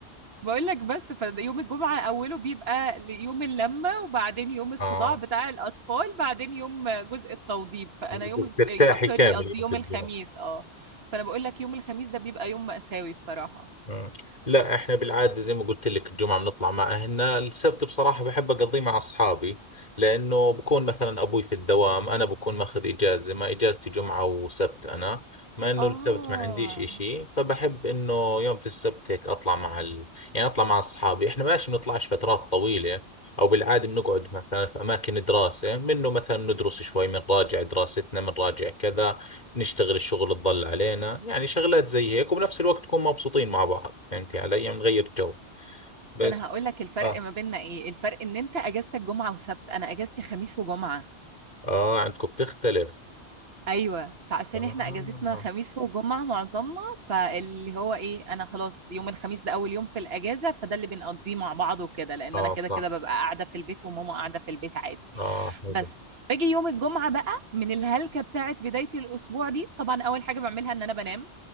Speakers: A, on the right; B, on the left.
A: بقول لك بس فيوم الجمعة أوله بيبقى يوم اللمة وبعدين يوم الصداع
B: اه
A: بتاع الأطفال بعدين يوم جزء التوضيب فأنا
B: بدك
A: يوم الج-
B: ترتاحي
A: إيه، سوري
B: كامل
A: قصدي
B: يوم
A: يوم
B: الجمعة
A: الخميس اه فأنا بقول لك يوم الخميس ده بيبقى يوم مأساوي الصراحة
B: مم. لا احنا بالعادة زي ما قلت لك الجمعة بنطلع مع اهلنا السبت بصراحة بحب اقضيه مع اصحابي لانه بكون مثلا ابوي في الدوام انا بكون ماخذ اجازة ما اجازتي جمعة وسبت انا ما انه
A: آه
B: السبت ما عنديش اشي فبحب انه يوم السبت هيك اطلع مع ال... يعني اطلع مع اصحابي احنا ماشي بنطلعش فترات طويلة او بالعادة بنقعد مثلا في اماكن دراسة منه مثلا بندرس شوي بنراجع دراستنا بنراجع كذا نشتغل الشغل الضل علينا يعني شغلات زي هيك وبنفس الوقت نكون مبسوطين مع بعض فهمتي علي نغير جو بس
A: أنا هقول لك الفرق
B: اه
A: ما بيننا إيه الفرق إن أنت أجازتك جمعة وسبت أنا أجازتي خميس وجمعة
B: اه عندكم بتختلف
A: ايوه فعشان
B: اه
A: احنا اجازتنا خميس وجمعه معظمنا فاللي هو ايه انا خلاص يوم الخميس ده اول يوم في الاجازه فده اللي بنقضيه مع بعض وكده لان
B: اه
A: انا كده
B: صح
A: كده ببقى قاعده في البيت وماما قاعده في البيت عادي
B: اه حلو
A: بس باجي يوم الجمعه بقى من الهلكه بتاعت بدايه الاسبوع دي طبعا اول حاجه بعملها ان انا بنام